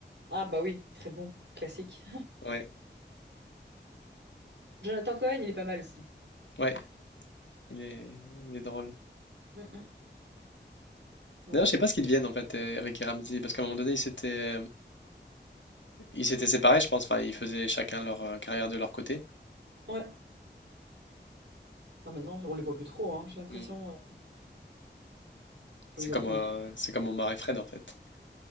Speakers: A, on the right; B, on the left.
A: Ah bah oui, très bon, classique.
B: Ouais,
A: Jonathan Cohen, il est pas mal aussi.
B: ouais, il est, il est drôle.
A: Mm, mm. Non,
B: D'ailleurs,
A: c'est
B: je sais
A: vrai.
B: pas ce qu'ils deviennent en fait, euh, Eric et Ramzy, parce qu'à un moment donné, ils s'étaient, euh, ils s'étaient séparés, je pense. Enfin, ils faisaient chacun leur euh, carrière de leur côté.
A: Ouais. Ah, maintenant, on les voit plus trop, hein. J'ai l'impression.
B: Mm.
A: euh,
B: C'est
A: oui, ils
B: comme,
A: ont pris
B: euh,
A: un petit coup.
B: c'est comme Omar et Fred en fait.